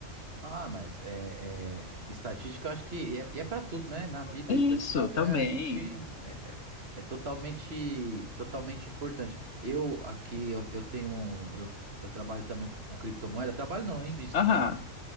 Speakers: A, on the right; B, on the left.
A: Ah, mas é, é, estatística, eu acho que e é, e é para tudo, né? Na vida,
B: É isso,
A: estatística
B: também.
A: a gente é, é- é totalmente, totalmente importante. Eu aqui eu, eu tenho, um- eu, eu trabalho também com criptomoeda. Trabalho não, eu invisto,
B: Aham,
A: né?